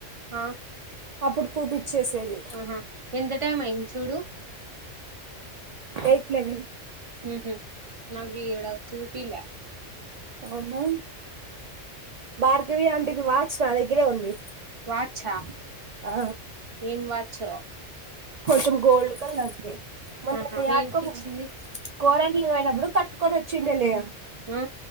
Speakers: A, on the right (about 30°); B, on the right (about 75°).
A: ఆ
B: అప్పుడు పూపిచ్చేసేది
A: ఆహా ఎంత టైం అయింది చూడు
B: ఎయిట్ లెవెన్
A: మ్ మ్ నాకు ఈడ చూపిలే
B: అవునా భార్గవి ఆంటీ ది వాచ్ నా దగ్గరే ఉంది
A: వాచ్ ఆ
B: ఆ
A: ఎం వాచ్ ఓ
B: కొంచం గోల్డ్ కలర్ ది మొన్న
A: ఆహా ఏంటికిచ్చింది
B: అట్క బ కోరంగి ఓయినప్పుడు కటుని వచ్చిండలి
A: మ్